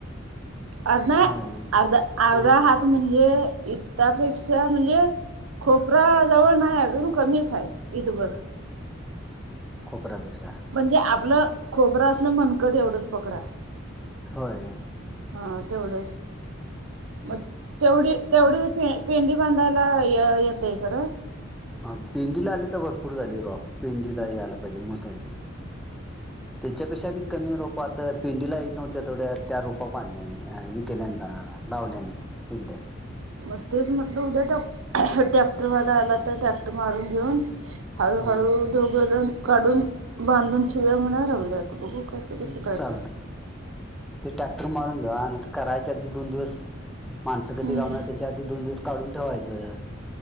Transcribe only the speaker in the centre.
होय
अ
खोपरापेक्षा
होय
ह पेंडीला आले तर भरपूर झाले रॉफ पेंडीला आली पाहिजे महत्वाची त्याच्यापेक्षा ब कमी रोप पाथळ पिंडीला येत नव्हत्या तेथोड्या त्या रोपा बांधल्या आम्ही लावल्यात एकडे
हम्म
ह् चालत
ते टॅक्टर मारून जा नंतर करायच्या अधी दोन दिवस माणसं कधी
घावणार त्याच्या आधी दोन दिवस काढून ठेवायचं